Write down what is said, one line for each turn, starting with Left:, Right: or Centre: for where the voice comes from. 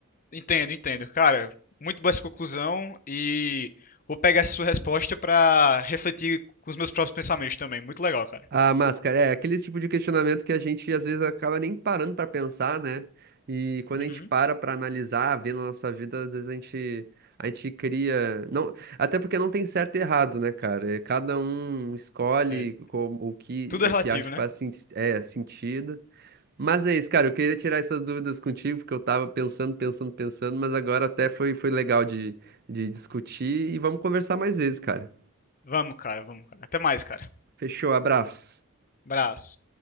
Left: Entendo, entendo. Cara, muito boa essa conclusão e vou pegar essa sua resposta pra refletir com os meus próprios pensamentos também. Muito legal, cara.
Right: A máscara, é aquele tipo de questionamento que a gente às vezes acaba nem parando para pensar, né? E quando
Left: Uhum.
Right: a gente para para analisar, ver na nossa vida, às vezes a gente a gente cria, não, até porque não tem certo e errado, né, cara? É, Cada um escolhe
Left: É,
Right: como, o que
Left: tudo
Right: o
Left: é relativo,
Right: que acha que
Left: né?
Right: faz sen- é, sentido. Mas é isso, cara. Eu queria tirar essas dúvidas contigo, porque eu tava pensando, pensando, pensando, mas agora até foi, foi legal de, de discutir e vamos conversar mais vezes, cara.
Left: Vamos, cara, vamos, cara. Até mais, cara.
Right: Fechou, abraço.
Left: Abraço.